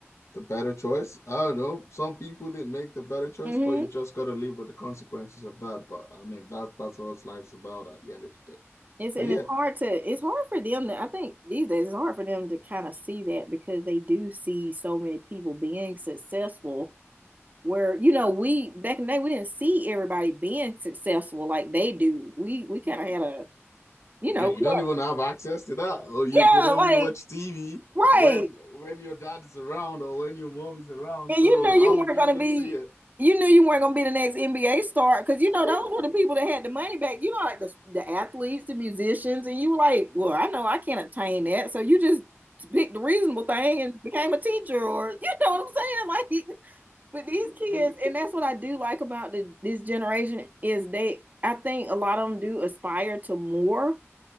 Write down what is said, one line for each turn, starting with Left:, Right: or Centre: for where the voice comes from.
Left: The better choice? I don't know. Some people didn't make the better choice,
Right: mm hmm
Left: but you've just got to live with the consequences of that. But I mean, that's that's what life's about at the end of the day.
Right: It's
Left: But
Right: and
Left: yeah,
Right: it's hard to it's hard for them to I think these days it's hard for them to kind of see that because they do see so many people being successful where you know we back in the day we didn't see everybody being successful like they do. We we kind
Left: you,
Right: of had a you
Left: you
Right: know
Left: don't you
Right: we
Left: don't even
Right: had-
Left: have access to that, or you
Right: yeah
Left: could only
Right: like
Left: watch TV
Right: right
Left: when when your dad is around or when your mom is around.
Right: And
Left: So
Right: you knew you
Left: how would
Right: weren't
Left: you
Right: gonna
Left: even
Right: be,
Left: see it?
Right: you knew you weren't gonna be the next NBA star because you know
Left: <laughs>
Right: those were the people that had the money back. You know, like the the athletes, the musicians, and you were like, well, I know I can't obtain that, so you just picked the reasonable thing and became a teacher, or you know what I'm saying? <laughs> Like, but these kids,
Left: You
Right: and that's what I do like about the, this generation is they. I think a lot of them do aspire to more